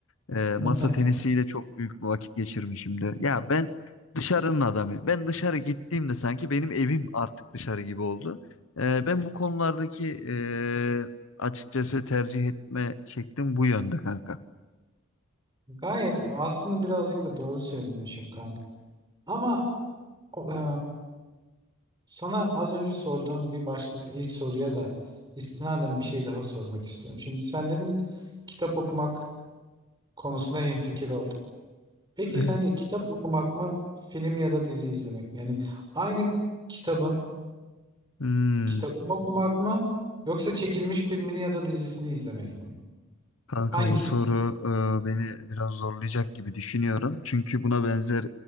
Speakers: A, on the left; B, on the right.
A: E,
B: <laughs>
A: masa tenisiyle çok büyük bir vakit geçirmişimdir. Ya ben dışarının adamıyım. Ben dışarı gittiğimde sanki benim evim artık dışarı gibi oldu. E, ben bu konulardaki e, açıkçası tercih etme şeklim bu yönde kanka.
B: Gayet aslında birazcık da doğru söylemişim kanka. Ama o, e, sana az önce sorduğun bir başka ilk soruya da istinaden bir şey daha sormak istiyorum. Şimdi sen dedin kitap okumak konusunda hemfikir olduk. Peki
A: Evet.
B: sence kitap okumak mı film ya da dizi izlemek mi? Yani aynı kitabın
A: Hmm.
B: Kitabını okumak mı yoksa çekilmiş filmini ya da dizisini izlemek mi?
A: Kanka
B: Hangisini
A: bu soru e, beni biraz zorlayacak gibi düşünüyorum. Çünkü buna benzer